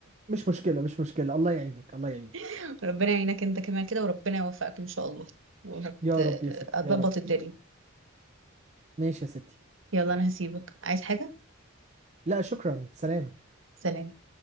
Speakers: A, on the right (about 35°); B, on the right (about 65°).
A: مش مشكلة مش مشكلة الله يعينك الله يعينك
B: <laughs> ربنا يعينك انت كمان كده وربنا يوفقك ان شاء الله وهت
A: يا رب يا ستي
B: هتظبط
A: يا رب
B: الدنيا
A: ماشي يا ستي
B: يلا انا هسيبك عايز حاجه
A: لا شكرا سلام
B: سلام